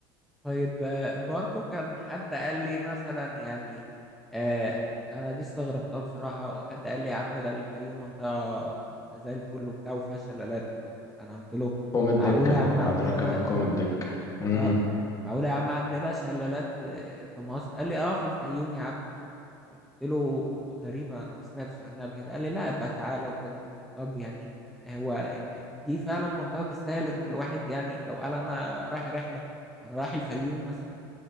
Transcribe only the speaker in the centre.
طيب آه، برضو كان حد قال لي مثلا يعني آه انا دي استغربتها بصراحة وحد قال لي يا عم ده الفيوم منطقة زي الفل وبتاع وفيها شلالات انا قلت انا قلت له
معقولة يا عم
عندنا
آه معقولة يا عم عندنا شلالات في في مصر قال لي اه في الفيوم يا عم قلت له غريبة أنا ما سمعتش عنها قبل كده قال لي لا ابقى تعالى وكده طب يعني هو دي فعلا منطقة تستاهل إن الواحد يعني لو قال أنا رايح رحلة أنا رايح الفيوم مثلا